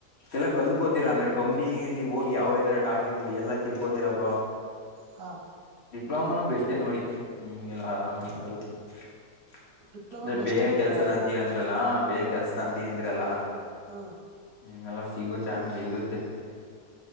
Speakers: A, on the left (about 40°); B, on the right (about 70°).
A: ಎಲ್ಲಾ ಕಲ್ತ್ಕೋತೀರಾ ಅಂದ್ರೆ ಕಂಪ್ನಿಲಿ ಹೋಗಿ ಯಾವ ತರ ಟಾಕಿಂಗ್ ಎಲ್ಲಾ ತಿಳ್ಕೋತಿರ ಬ್ರೋ
B: ಹಾ
A: ಡಿಪ್ಲೋಮನ್ ಬೆಸ್ಟ್ ನೋಡಿ ಹಗೆಲ್ಲ ಆರಾಮಾಗಿ ಆಗುತ್ತೆ
B: ಡಿಪ್ಲೊಮಾ ಬೆಸ್ಟ್
A: ಬೇಯ
B: ಅಂತೀರಾ
A: ಕೆಲ್ಸದ ಅಂತೀಗಂತ ಬೇಯಾ ಕೆಲ್ಸತ ಅಂತಿಂದ್ರಲ್ಲ
B: ಹ
A: ಹ್ಮ ಎಲ್ಲ ಸಿಗೋ ಚಾನ್ಸ್ ಇರುತ್ತೆ